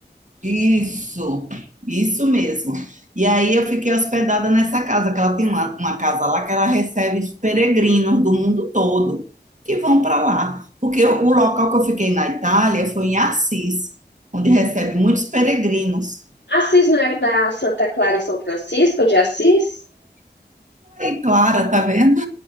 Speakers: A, on the right; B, on the left.
A: Isso, isso mesmo. E aí eu fiquei hospedada nessa casa, que ela tem uma, uma casa lá que ela recebe os peregrinos do mundo todo que vão para lá. Porque o o local que eu fiquei na Itália foi em Assis, onde recebe muitos peregrinos.
B: Assis não é da Santa Clara e São Francisco de Assis?
A: Aí, Clara, tá vendo?